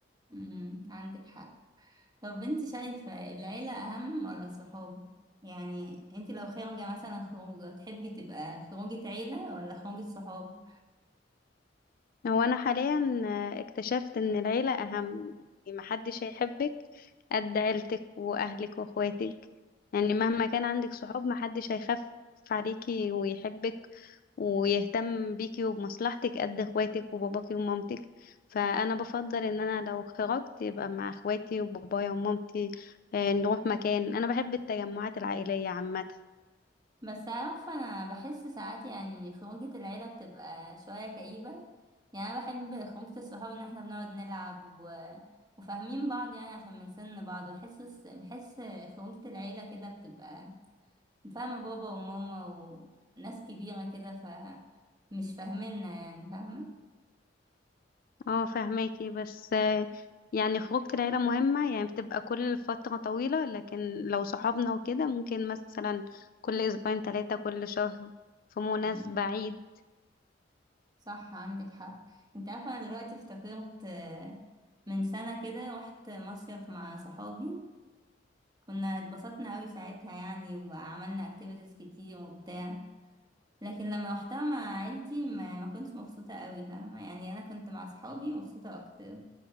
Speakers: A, on the right; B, on the left.
A: امم عندك حق طب انتي شايفة العيلة أهم ولا الصحاب يعني انتي لو خارجة مثلا خروجة تحبي تبقى خروجة عيلة ولا خروجة صحاب
B: هو انا حاليا آه، اكتشفت ان العيله اهم يعني محدش هيحبك قد عيلتك واهلك واخواتك يعني مهما كان عندك صحاب محدش هيخاف عليكي ويحبك ويهتم بيكي وبمصلحتك قد اخواتك وباباكي ومامتك فانا بفضل ان انا لو خرجت يبقى مع اخواتي وبابايا ومامتي آه، نروح مكان انا بحب التجمعات العائليه عامه
A: بس عارفة أنا بحس ساعات يعني خروجة العيلة بتبقى شوية كئيبة يعني أنا بحب خروجة الصحاب إن احنا بنقعد نلعب و... وفاهمين بعض يعني عشان من سن بعض بحس بحس خروجة العيلة كده بتبقى فاهمة بابا وماما وناس كبيرة كده ف مش فاهميننا يعني فاهمة
B: اه فهماكي بس آه، يعني خروجة العيلة مهمة يعني بتبقى كل فترة طويلة لكن لو صحابنا وكده ممكن مثلا كل أسبوعين ثلاثة كل شهر في مناسبة
A: مم.
B: عيد
A: صح عندك حق انت عارفة أنا دلوقتي افتكرت آه، من سنة كده رحت مصيف مع صحابي كنا اتبسطنا قوي ساعتها يعني وعملنا اكتيفيتيز كتير وبتاع لكن لما روحتها مع عيلتي ما, ما كنتش مبسوطة قوي فاهمة يعني انا كنت مع صحابي مبسوطة اكتر